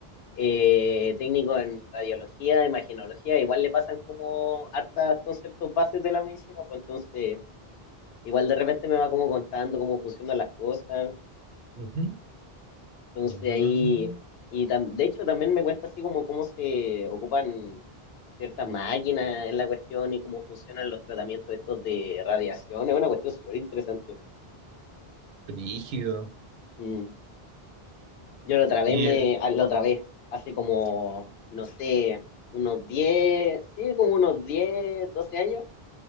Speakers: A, on the left (about 75°); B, on the right (about 75°).
A: eh, técnico en radiología, imagenología. Igual le pasan como hartas conceptos bases de la medicina, pues entonces igual de repente me va como contando cómo funcionan las cosas.
B: Ujú.
A: Entonces
B: Mm,
A: ahí, y tam- de hecho también me cuenta así como cómo se ocupan ciertas máquinas en la cuestión y cómo funcionan los tratamientos estos de radiación. Es una cuestión súper interesante.
B: brígido.
A: Mm. Yo la otra vez
B: ¿Y
A: me,
B: eh,
A: ah, la otra vez, hace como, no sé, unos 10 sí, como unos 10 12 años,